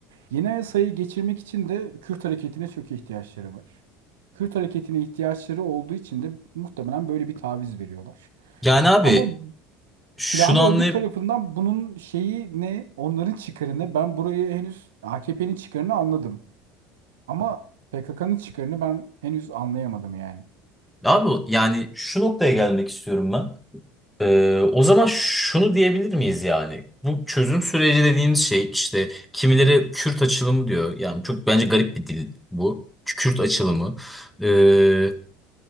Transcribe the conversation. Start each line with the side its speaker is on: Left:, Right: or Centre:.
Right: Yeni anayasayı geçirmek için de Kürt hareketine çok ihtiyaçları var. Kürt hareketine ihtiyaçları olduğu için de muhtemelen böyle bir taviz veriyorlar.
Centre: Yani abi
Right: Ama
Centre: şunu
Right: silahlı
Centre: anlayıp
Right: örgüt tarafından bunun şeyi ne, onların çıkarı ne? Ben burayı henüz AKP'nin çıkarını anladım. Ama PKK'nın çıkarını ben henüz anlayamadım yani.
Centre: abi yani şu noktaya gelmek istiyorum ben. Ee, o zaman şunu diyebilir miyiz yani? Bu çözüm süreci dediğimiz şey işte kimileri Kürt açılımı diyor. Yani çok bence garip bir dil bu. Kürt açılımı. Ee,